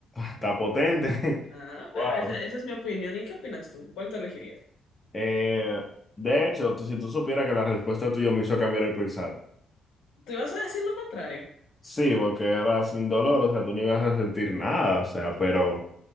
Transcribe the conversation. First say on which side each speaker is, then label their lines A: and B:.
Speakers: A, on the left; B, on the left.
A: está potente. <laughs>
B: Ah, pero
A: Wow.
B: ese- esa es mi opinión. ¿Y qué opinas tú? ¿Cuál tú elegirías?
A: Eh, de hecho, tú- si tú supieras que la respuesta tuya me hizo cambiar el pensar.
B: Tú ibas a decir lo contrario.
A: Sí, porque era sin dolor, o sea, tú no ibas a sentir nada, o sea, pero